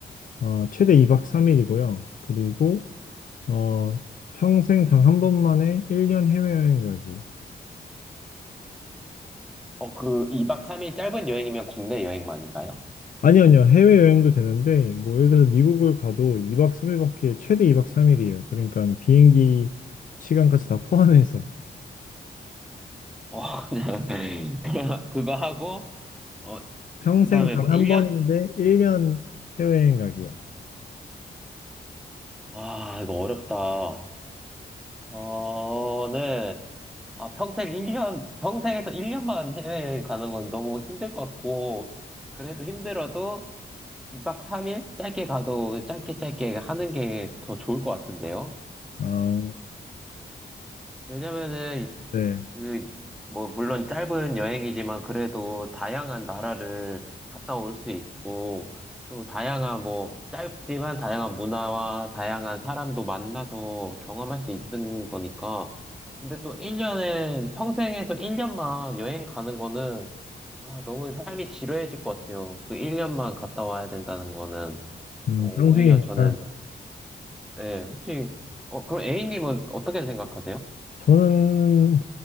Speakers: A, on the left; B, in the centre.
A: 어, 최대 2박 3일이고요. 그리고 어, 평생 단 한 번만에 1년 해외여행 가기.
B: 어, 그 2박 3일 짧은 여행이면 국내 여행만인가요?
A: 아니, 아니요. 해외여행도 되는데, 뭐, 예를 들어서 미국을 가도 2박 3일밖에, 최대 2박 3일이에요. 그러니까 비행기 시간까지 다 포함해서.
B: 어, <laughs> 그냥 그냥 그거 하고 어,
A: 평생
B: 그다음에
A: 단
B: 뭐 1년
A: 한 번인데, 1년 해외여행 가기요.
B: 아, 이거 어렵다. 저는 아, 평생 1년 평생에서 1년만 해외 가는 건 너무 힘들 것 같고 그래도 힘들어도 2박 3일? 짧게 가도 짧게 짧게 하는 게 더 좋을 것 같은데요?
A: 아,
B: 왜냐면은,
A: 네.
B: 그, 뭐, 물론 짧은 여행이지만 그래도 다양한 나라를 갔다 올 수 있고, 또 다양한 뭐, 짧지만 다양한 문화와 다양한 사람도 만나서 경험할 수 있는 거니까. 근데 또 1년은, 평생에서 1년만 여행 가는 거는, 아, 너무 삶이 지루해질 것 같아요. 그 1년만 갔다 와야 된다는 거는,
A: 음,
B: 어, 오히려
A: 평생이니까.
B: 저는 네, 혹시, 어, 그럼 A님은 어떻게 생각하세요?
A: 저는